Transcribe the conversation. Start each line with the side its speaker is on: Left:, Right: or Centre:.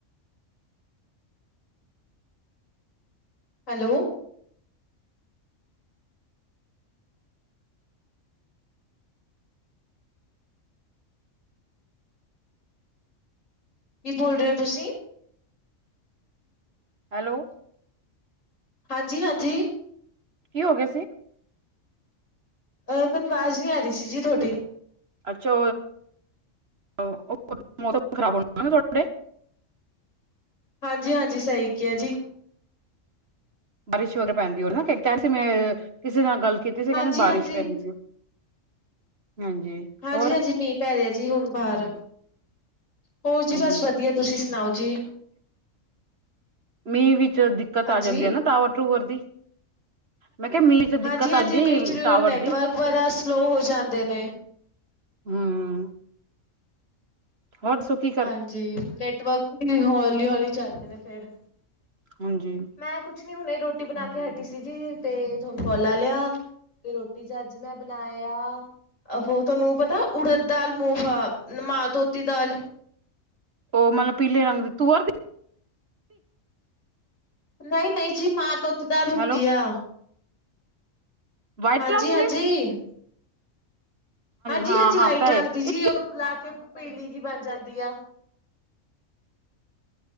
Left: ਹੈਲੋ! ਕਿ ਬੋਲ ਰਹੇ ਹੋ ਤੁਸੀਂ?
Right: ਹੈਲੋ
Left: ਹਾਂਜੀ -ਹਾਂਜੀ
Right: ਕਿ ਹੋ ਗਿਆਏ ਸੀ?
Left: ਅਹ! ਮੈਨੂੰ ਆਵਾਜ਼ ਨਹੀਂ ਆ ਰਹੀ ਸੀ ਜੀ ਤੁਹਾਡੀ।
Right: ਅੱਛਾ! ਉਹ ਮੌਸਮ ਖਰਾਬ ਹੋਣਾ ਨਾ ਤੁਹਾਡੇ
Left: ਹਾਂਜੀ -ਹਾਂਜੀ, ਸਹੀ ਕਿਹਾ ਜੀ।
Right: ਬਾਰਿਸ਼ ਵਗੈਰਾ ਪੈਂਦੀ ਰ ਨਾ, ਕਹ ਸੀ ਮੈਂ ਕਿਸੇ ਨਾਲ ਗੱਲ ਕੀਤੀ ਸੀ,
Left: ਹਾਂਜੀ
Right: ਕਹਿੰਦੇ
Left: ਹਾਂਜੀ
Right: ਬਾਰਿਸ਼ ਪੈਂਦੀ ਸੀ। ਹਾਂਜੀ
Left: ਹਾਂਜੀ
Right: ਹੋਰ
Left: -ਹਾਂਜੀ, ਮੀਂਹ ਪੈ ਰਿਹਾ ਜੀ ਹੁਣ ਬਾਹਰ, ਹੋਰ ਜੀ
Right: ਹਾਂਜੀ
Left: ਬਸ ਵਧੀਆ। ਤੁਸੀਂ ਸੁਣਾਓ ਜੀ?
Right: ਮੀਂਹ ਵਿੱਚ ਦਿੱਕਤ
Left: ਹਾਂਜੀ
Right: ਆ ਜਾਂਦੀ ਹੈ ਨਾ ਟਾਵਰ -ਟੂਵਰ ਦੀ। ਮੈਂ ਕਿਹਾ ਮੀਂਹ ਚ
Left: ਹਾਂਜੀ
Right: ਦਿੱਕਤ
Left: -ਹਾਂਜੀ,
Right: ਆਂਦੀ
Left: ਮੀਹ 'ਚ
Right: ਟਾਵਰ
Left: ਨੈਟਵਰਕ
Right: ਦੀ
Left: ਵਗੈਰਾ ਸਲੋਅ ਹੋ ਜਾਂਦੇ ਨੇ।
Right: ਹਮਮ ਹੋਰ ਦਸੋ ਕਿ
Left: ਹਾਂਜੀ, ਨੈਟਵਰਕ ਵੀ ਹੌਲੀ -ਹੌਲੀ ਚੱਲਦੇ ਨੇ ਫੇਰ।
Right: ਹਾਂਜੀ
Left: ਮੈਂ ਕੁਛ ਨੀ ਹੁਣੇ ਰੋਟੀ ਬਣਾ ਕੇ ਹਟੀ ਸੀ ਜੀ, ਤੇ ਤੁਹਾਨੂੰ ਕੋਲ ਲਾ ਲਿਆ। ਤੇ ਰੋਟੀ ਚ ਅੱਜ ਮੈਂ ਬਣਾਇਆ। ਆਹੋ ਤੁਹਾਨੂੰ ਪਤਾ ਉੜ ਦਾਲ ਮੋਹ ਮਾਂ ਧੋਤੀ ਦਾਲ
Right: ਓ ਮਤਲਬ ਪੀਲੇ ਰੰਗ ਦੀ ਤੂੰਰ ਦੀ
Left: ਨਈ ਨਈ, ਜੀ ਮਾਂ ਧੋਂਤੀ ਦਾਲ
Right: ਦੀ
Left: ਹੁੰਦੀ
Right: ਹੈਲੋ
Left: ਆ।
Right: ਵਾਈਟ
Left: ਹਾਂਜੀ
Right: ਰੰਗ
Left: ਹਾਂਜੀ।
Right: ਦੀ
Left: ਹਾਂਜੀ
Right: ਹਾਂ
Left: ਹਾਂਜੀ,
Right: ਹਾਂ
Left: ਵਾਈਟ
Right: ਪਤਾ
Left: ਰੰਗ
Right: ਹੈ
Left: ਦੀ ਜੀ
Right: ਇੱਕ
Left: ਉਹਨੂੰ ਬੁਲਾ ਕੇ ਪੀਲੀ ਜੀ ਬਣ ਜਾਂਦੀ ਆ।